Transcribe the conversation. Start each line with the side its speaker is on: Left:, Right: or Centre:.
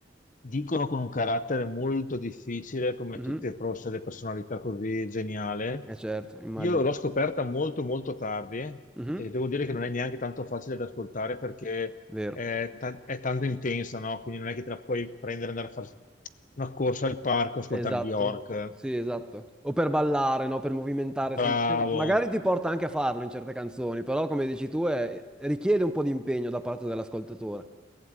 Left: Dicono con un carattere molto difficile, come
Centre: Mhm.
Left: tutte forse le personalità così geniale.
Centre: Eh certo, immagino.
Left: Io l'ho scoperta molto molto tardi
Centre: Mhm.
Left: e devo dire che non è neanche tanto facile da ascoltare perché
Centre: Vero.
Left: è, ta- è tanto intensa, no? Quindi non è che te la puoi prendere e andare a fare una corsa al parco, ascoltare
Centre: Esatto,
Left: Bjork.
Centre: sì, esatto. O per ballare, no? Per movimentare.
Left: Bravo,
Centre: sem- cioè, Magari ti porta anche a farlo in certe canzoni, però come dici tu è- richiede un po' di impegno da parte dell'ascoltatore.